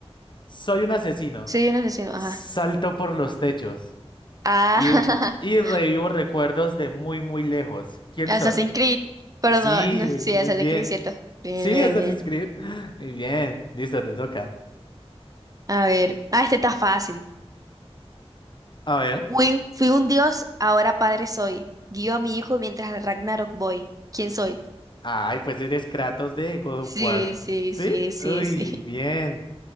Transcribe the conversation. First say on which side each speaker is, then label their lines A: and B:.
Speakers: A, on the left; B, on the right.
A: soy un asesino,
B: soy un asesino,
A: salto
B: ajá.
A: por los techos.
B: Ah,
A: Y,
B: <laughs>
A: y revivo recuerdos de muy, muy lejos. ¿Quién
B: Assassin's
A: soy?
B: Creed. Pero
A: Sí,
B: no, no, sí,
A: muy muy
B: Assassin's
A: bien.
B: Creed, cierto. Bien,
A: Sí,
B: bien,
A: Assassin's
B: bien.
A: Creed. <gasps> <laughs> Muy bien. Listo, te toca.
B: A ver. Ah, este está fácil.
A: A ver.
B: Fui, fui un dios, ahora padre soy. Guío a mi hijo mientras al Ragnarok voy. ¿Quién soy?
A: Ay, pues eres Kratos de God
B: Sí,
A: of War.
B: sí,
A: ¿Sí?
B: sí, sí,
A: Uy,
B: sí.
A: bien.